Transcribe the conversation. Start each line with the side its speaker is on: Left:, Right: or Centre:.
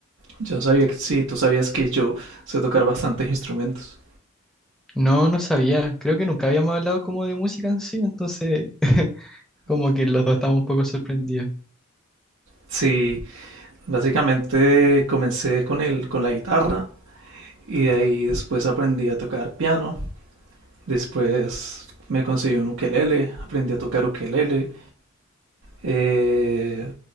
Right: yo no sabía que sí, tú sabías que yo sé tocar bastantes instrumentos.
Centre: no, no sabía, creo que nunca habíamos hablado como de música en sí, entonces como que los dos estamos un poco sorprendidos.
Right: Sí, Básicamente comencé con el, con la guitarra y de ahí después aprendí a tocar piano. Después me conseguí un ukelele, aprendí a tocar ukelele. Eh,